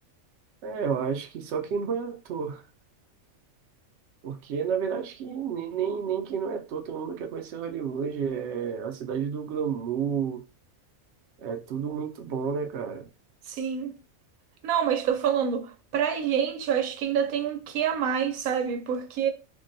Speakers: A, on the right; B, on the right.
A: É, eu acho que só quem não é ator. Porque, na verdade, acho que nem, nem, nem quem não é ator, todo mundo quer conhecer Hollywood. É a cidade do glamour, é tudo muito bom, né, cara?
B: Sim. Não, mas tô falando, pra gente, eu acho que ainda tem um quê a mais, sabe? Porque